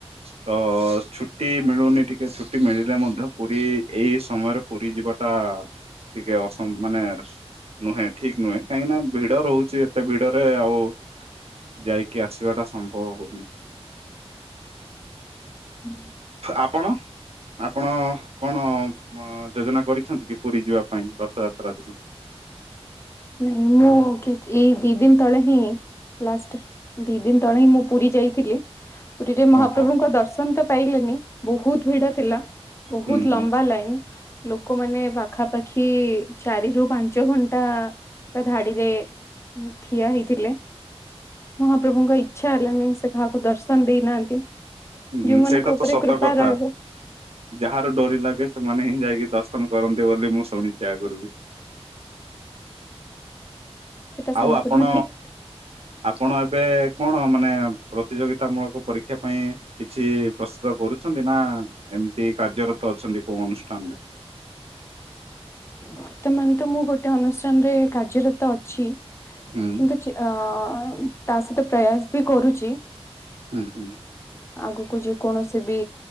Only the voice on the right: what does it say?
ତ-ଅ-ଅ-ଅ-ଅ ଛୁଟି ମିଳୁନି ଟିକେ ଛୁଟି ମିଳିଲେ ମଧ୍ୟ ପୁରୀ ଏଇ ସମୟରେ ପୁରୀ ଯିବାଟା ଟିକେ ଅସମ ମାନେ ନୁହେଁ ଠିକ ନୁହେଁ କାହିଁକି ନା ଭିଡ ରହୁଛି ଏତେ ଭିଡରେ ଆଉ ଯାଇକି ଆସିବା ଟା ସମ୍ଭବ ହଉନି।
ଆପଣ, ଆପଣ କଣ ଅ ଯୋଜନା କରିଛନ୍ତି କି ପୁରୀ ଯିବା ପାଇଁ ରଥଯାତ୍ରା ଦିନ?
ଓହୋ
ହୁଁ ହୁଁ
ହୁଁ
ସେଇଟା
ତ ସତ
କଥା।
ଯାହାର ଡୋରି ଲାଗେ ସେମାନେ ହିଁ ଯାଇକି ଦର୍ଶ ନ କରନ୍ତି ବୋଲି ମୁଁ ଶୁଣିଛିି ଆଗରୁ ବି।
ଆଉ ଆପଣ
ଆପଣ ଏବେ କଣ ମାନେ ପ୍ରତିଯୋଗିତା ମୂଳକ ପରୀକ୍ଷା ପାଇଁ କିଛି ପ୍ରସ୍ତୁତ କରୁ ଅଛନ୍ତି ନା ଏମିତି କାର୍ଯ୍ୟରତ ଅଛନ୍ତି କୋଉ ଅନୁଷ୍ଠାନ ରେ?
ହୁଁ
ହୁଁ ହୁଁ,